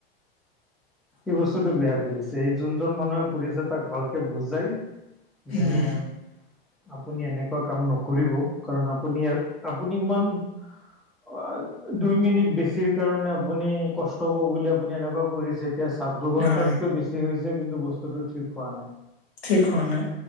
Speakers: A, in the centre; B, on the left.
A: এই বস্তুতটো বেয়া কৰিছে। এই, যোনজন মানুহে কৰিছে, তাক ভালকে বুজাই যেন।
B: উম
A: আপুনি এনেকুৱা কাম নকৰিব। কাৰণ আপুনি, আপুনি ইমান অ'! দুই মিনিট বেছিৰ কাৰণে আপুনি, কষ্ট হ'ব বুলি, আপুনি এনেকুৱা কৰিছে? এতিয়া চাওঁক? দুঘন্টাতকৈ
B: হয়
A: বেছি হৈছে। কিন্তু, বস্তুটো ঠিক হোৱা নাই।
B: ঠিক হোৱা নাই?